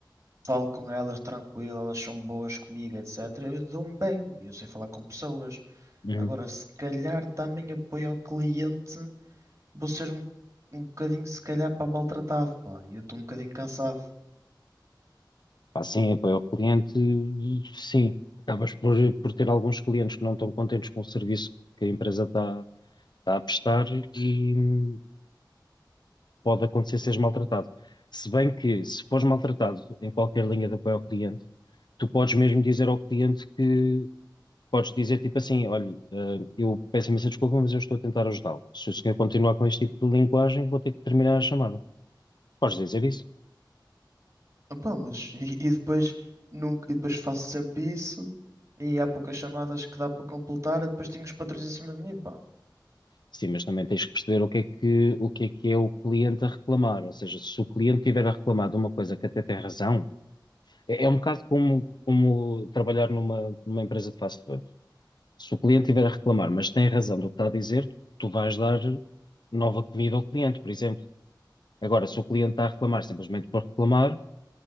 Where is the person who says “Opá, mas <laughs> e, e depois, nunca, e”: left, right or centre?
Right